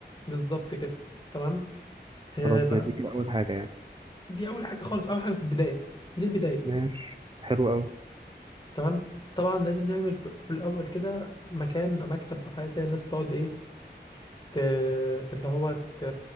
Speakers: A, on the left; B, on the right.
A: بالظبط كده تمام
B: خلاص
A: آه بقى
B: ما دي كده اول حاجه يعني
A: دي اول حاجه خالص اول حاجه في البدايه دي البدايه
B: ماشي حلو قوي
A: تمام طبعا لازم نعمل في في الاول كده مكان أو مكتب او حاجه كده الناس تقعد ايه ت... اللي هو ت...